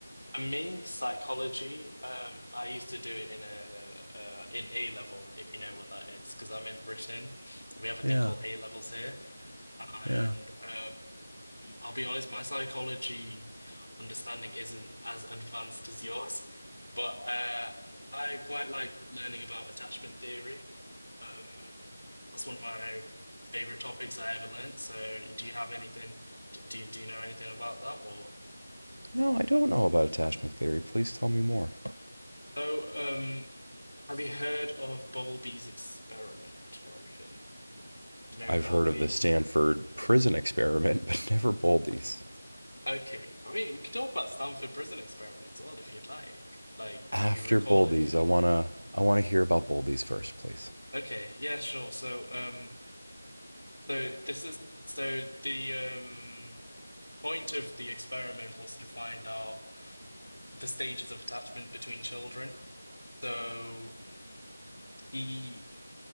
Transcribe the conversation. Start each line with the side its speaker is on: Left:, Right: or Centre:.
Left: For me, psychology, um, I used to do it in a uh, in A level, if you know what that is, because I'm in Britain. We have a
Right: Yeah,
Left: thing called A levels here, and
Right: yeah.
Left: um, I'll be honest, my psychology understanding isn't as advanced as yours, but uh, I quite like learning about attachment theory. Um, that's one of my favorite topics I ever learnt. So, do you have anything? d- Do you, do you know anything about that or?
Right: No, I don't know about attachment theory. Please tell me more.
Left: So, um. Have you heard of Bowlby's experiment or anything? Do you know
Right: I've
Left: Bowlby's?
Right: heard of the Stanford prison experiment, <laughs> but never Boldy's.
Left: Okay. I mean, we could talk about Stanford Prison Experiment as well if you'd like. Like, do
Right: after
Left: you recall
Right: Boldy's,
Left: anything?
Right: I wanna I wanna hear about Boldy's first, please.
Left: Okay, yeah, sure. So, um, so this is so the um point of the experiment was to find out the stages of attachment between children. So he